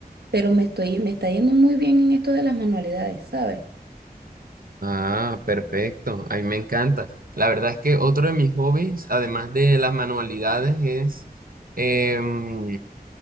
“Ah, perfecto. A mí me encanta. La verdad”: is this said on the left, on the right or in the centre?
Right